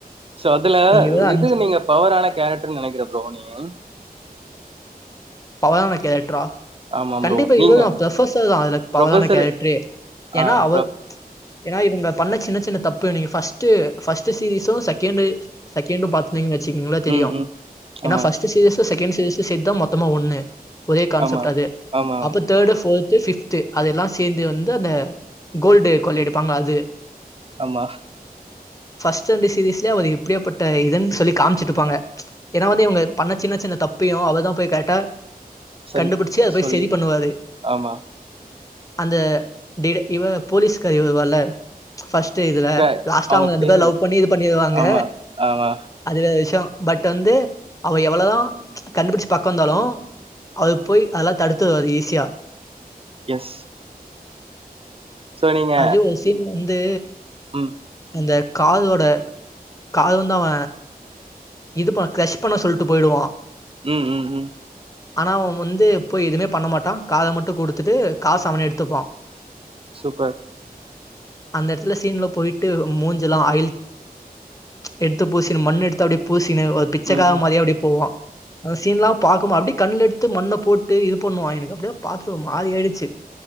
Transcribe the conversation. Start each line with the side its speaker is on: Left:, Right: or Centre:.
Right: சோ அதுல
Left: நீங்க இவரு அஞ்சு
Right: எது நீங்க பவரான கேரக்டர் நெனைக்கற ப்ரோ நீங்க
Left: பவரான கேரக்டரா
Right: ஆமா
Left: கண்டிப்பா
Right: ப்ரோ நீங்க
Left: இவ்ளோதா ப்ரொபசர் தா அதுல பவரான
Right: ப்ரொஃபசர்
Left: கேரக்டரே ஏன்னா
Right: ஆ
Left: அவர்
Right: ப்ரோ
Left: ஏன்னா இவங்க பண்ண சின்ன சின்ன தப்பு நீங்க ஃபர்ஸ்ட்டு பர்ஸ்ட் சீரீஸ்சு செகண்டு செ செகண்டு டூ பாத்துட்டீங்கன்னு வெச்சுக்குங்கலே தெரியு
Right: ம் ம்
Left: ஏன்னா
Right: ஆமா
Left: பஸ்ட் சீரீயஸ் து செகண்ட் சீரீஸ்சு சேத்தா மொத்தமா ஒண்ணு ஒரே கான்சப்ட்
Right: ஆமா
Left: அது
Right: ஆமா
Left: அப்ப தேர்டு போர் து பிப்து அதெல்லா சேந்து வந்து அந்த கோல்டு கோள்ளு எடுப்பாங்க அது
Right: ஆமா
Left: ஃபர்ஸ்ட் ரெண்டு சீரீஸ்ல அவரு எப்டிஏப்பட்ட இதுன்னு சொல்லி காம்ச்சுட்டுப்பாங்க ஏன்னா வந்து இவங்க பண்ண சின்ன சின்ன தப்பையு அவர்தா போய் கரெக்டா
Right: சரி
Left: கண்டுபுடிச்சு அத போய்
Right: சொல்லி
Left: சரி பண்ணுவாரு
Right: ஆமா
Left: அந்த டிட இவ போலீஸ்காரி வருவால பர்ஸ்ட்டு இதுல
Right: க
Left: லாஸ்ட்டா அவங்க ரெண்டு
Right: பேரு
Left: பேர் லவ் பண்ணி இது பண்ணிருவாங்க
Right: ஆமா ஆமா
Left: அதுவேர விஷ்யோ பட் வந்து அவ எவ்ளவுதா கண்டுபிடிச்சு பா க்காயிருந்தாலு அது போய் அதெல்லா தடுத்துரு அது ஈஸியா
Right: எஸ் சோ நீங்க
Left: அதுல ஒரு சீன் வந்து
Right: ம்
Left: இந்த காதோட காது வந்து அவ இது பண்ண கிரஷ் பண்ண சொல்லிட்டு போயிடுவா
Right: ம் ம் ம்
Left: ஆனா அவ வந்து போய் எதுவுமே பண்ண மாட்டா காத மட்டு குடுத்துட்டு காசு அவனே எடுத்துப்பா <inaudible>
Right: சூப்பர்
Left: அந்த எடத்துல சீன்ல போயிட்டு மூஞ்செல்லா ஆயில் எடுத்து பூசின்னு மண் எடுத்து அப்டியே பூசின்னு ஒரு பிச்சக்கார
Right: ம் ம்
Left: மாரியே அப்டியே போவா அந்த சீன் எல்லா பாக்குபோ அப்டியே கண்ல எடுத்து மண்ணை போட்டு இது பண்ணுவா எனக்கு அப்டியே பாத்துட்டு ஒரு மாறி ஆயிச்சு